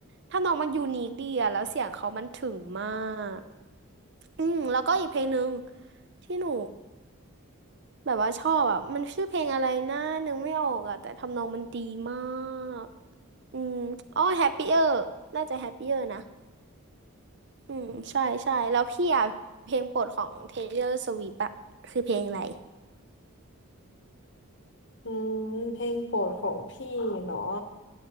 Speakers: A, on the right; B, on the left.
A: ทำนองมันยูนิคดีอะแล้วเสียงเขามันถึงมาก อืมแล้วก็อีกเพลงหนึ่งที่หนูแบบว่าชอบอ่ะมันชื่อเพลงอะไรนะนึกไม่ออกอ่ะแต่ทำนองมันดีมากอืมอ๋อ Happier น่าจะ Happier นะอืมใช่ใช่แล้วพี่อ่ะเพลงโปรดของ Taylor Swift อ่ะคือเพลงอะไร
B: อืมเพลงโปรดของพี่เนาะ